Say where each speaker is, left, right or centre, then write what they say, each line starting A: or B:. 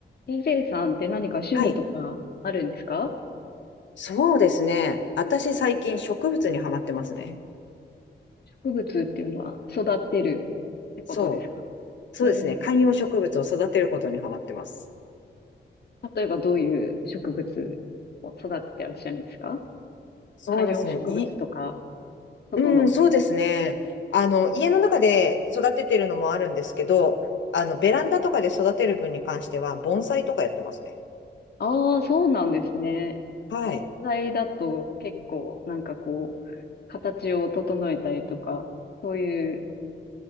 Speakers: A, on the left; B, on the left.
A: DJ さんって何か趣味とかあるんですか
B: はい。そうですね。私最近植物にハマってますね。
A: 植物っていうのは育ってるってことですか
B: そう。そうですね。
A: うん。
B: 観葉植物を育てることにハマってます。
A: 例えばどういう植物を育ててらっしゃるんですか
B: そうですね。
A: 観葉植物とか、
B: い
A: 外の。
B: うん、そうですね。あの、家の中で育ててるのもあるんですけど、あの、ベランダとかで育てる分に関しては、盆栽とかやってますね。
A: ああ、そうなんですね。
B: はい。
A: 盆栽だと結構なんかこう、形を整えたりとか、そういう、